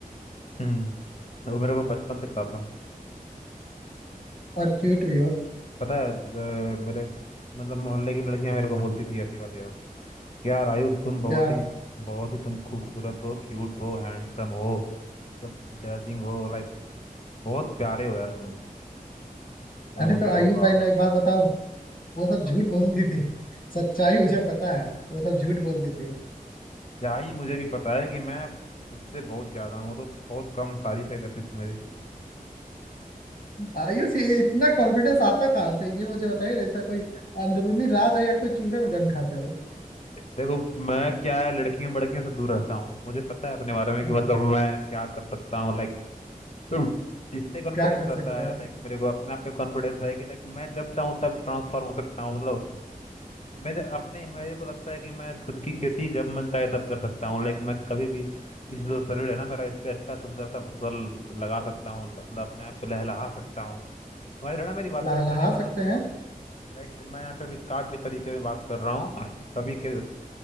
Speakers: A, on the left; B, on the left.
A: हम्म वो मेरे को बचपन से पता था
B: और क्यूट भी हो
A: पता है ल- मेरे मतलब मोहल्ले की लड़कियां मेरे को बोलती थी ऐसी बातें यार। यार आयुष तुम बहुत
B: क्या
A: ही बहुत ही तुम खूबसूरत हो क्यूट हो हैंडसम हो मतलब डेजिंग हो लाइक बहुत प्यारे हो यार तुम मैं
B: अरे
A: बोलता
B: तो आयुष
A: था वाह
B: भाई मैं एक बात बताऊं वो सब झूठ
A: अब
B: बोलती थी सच्चाई मुझे पता है वो सब झूठ बोलती थी
A: क्या ही मुझे भी पता है कि मैं उससे बहुत ज्यादा हूँ वो तो बहुत कम तारीफें करती थी मेरी
B: आयुष ये इतना कॉन्फिडेंस आता कहाँ से ये मुझे बताइए ऐसा कोई अंदरूनी राज है या कोई चूरन गन खाते हो
A: देखो मैं क्या है लड़कियों बड़कियों से दूर रहता हूँ मुझे पता है अपने बारे में कि
B: हम्म,
A: मतलब मैं क्या कर सकता हूँ लाइक तो इसलिए कॉन्फिडेंस
B: क्या कर
A: रहता
B: सकते हैं
A: है लाइक मेरे को अपने आप पे कॉन्फिडेंस है कि लाइक मैं जब चाहूँ तब ट्रांसफॉर्म हो सकता हूँ मतलब मेरे अपने मेरे को लगता है कि मैं खुद की खेती जब मन चाहे तब कर सकता हूँ लेकिन मैं कभी भी इस जो शरीर है ना मेरा इस पे अच्छा सुंदर सा फसल लगा सकता हूँ मतलब अपने आप को लहलहा सकता हूँ समझ रहे हो ना मेरी बातों
B: लहलहा
A: को कहने का
B: सकते
A: मतलब
B: हैं
A: लाइक मैं यहाँ पे भी काव्य तरीके में बात कर रहा हूँ कवि के